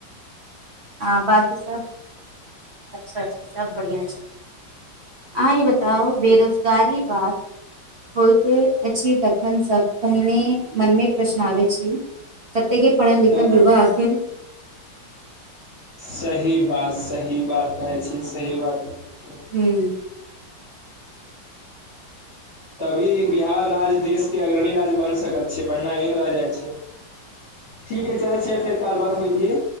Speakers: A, on the right; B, on the left.
A: आ बाकी सब अच्छा अच्छा सब बढ़िया छै अहां ई बताओ बेरोजगारी बात होते अछि तखन सब पहिने मन मे प्रश्न आबे छी कतेक पढ़ल लिखल
B: हँ
A: युव अथिन
B: सही बात सही बात कहै छी सही बात कहै छी
A: हूँ <inaudible>
B: तभी बिहार राज्य देश के अग्रणी राज्य बन सकैत छै बढ़ना एहिं रह जाइ छै ठीक ह चल छै फेर काल बात होइ छै